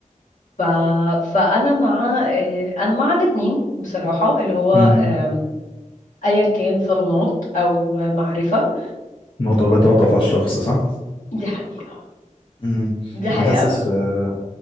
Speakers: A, on the left; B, on the left.
A: ف... فانا مع آه، انا مع الاثنين بصراحه اللي هو
B: امم
A: آم، ايا كان صالونات او معرفه
B: الموضوع بيتوقف على الشخص صح
A: دي حقيقه
B: امم
A: دي حقيقه
B: انا حاسس آه،